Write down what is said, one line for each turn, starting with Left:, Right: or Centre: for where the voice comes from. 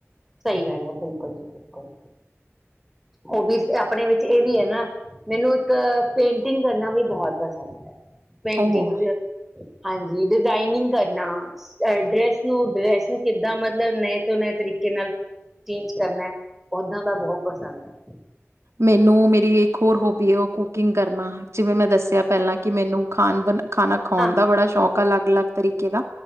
Centre: ਸਹੀ ਗੱਲ ਹੈ ਬਿਲਕੁਲ ਜੀ, ਬਿਲਕੁਲ ਉਹ ਵੀ ਆਪਣੇ ਵਿੱਚ ਇਹ ਵੀ ਹੈ ਨਾ ਮੈਨੂੰ ਇੱਕ ਪੇਂਟਿੰਗ ਕਰਨਾ ਵੀ ਬਹੁਤ ਪਸੰਦ ਹੈ। ਪੇਂਟਿੰਗਜ਼
Right: ਓਹ!
Centre: ਹਾਂਜੀ ਡਿਜ਼ਾਇਨਿੰਗ ਕਰ ਨਾ ਡਰੈਸ ਨੂੰ ਡ੍ਰੈਸ ਨੂੰ ਕਿੱਦਾਂ ਮਤਲਬ ਨਏ ਤੋਂ ਨਏ ਤਰੀ ਕੇ ਨਾਲ ਚੇਂਜ ਕਰਨਾ, ਪੌਦਾਂ ਦਾ ਬਹੁਤ ਪਸੰਦ ਹੈ।
Right: ਮੈਨੂੰ ਮੇਰੀ ਇੱਕ ਹੋਰ ਹੋਬੀ ਹੈ ਉਹ ਕੁਕਿੰਗ ਕਰਨਾ ਜਿਵੇਂ ਮੈਂ ਦੱਸਿਆ ਪਹਿਲਾਂ ਕਿ ਮੈਨੂੰ ਖਾਣ ਬ ਖਾਣਾ ਖਾਉਣ
Centre: ਹਾਂ
Right: ਦਾ
Centre: ਹਾਂ
Right: ਬੜਾ
Centre: ਹਾਂ।
Right: ਸ਼ੌਕ ਆ ਅਲੱਗ- ਅਲੱਗ ਤਰੀਕੇ ਦਾ